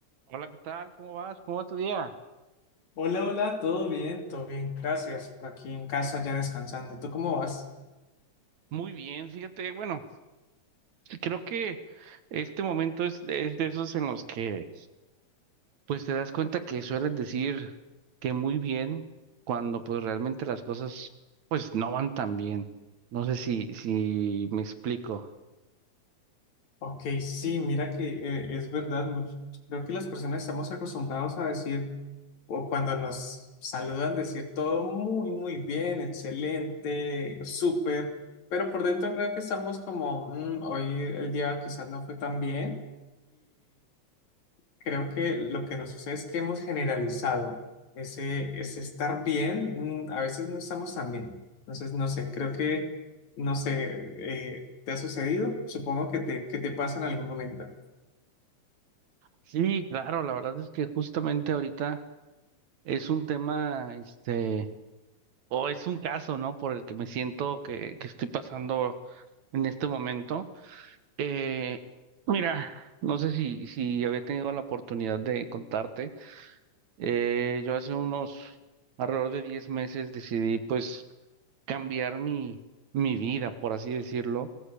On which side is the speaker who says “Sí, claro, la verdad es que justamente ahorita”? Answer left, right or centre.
Right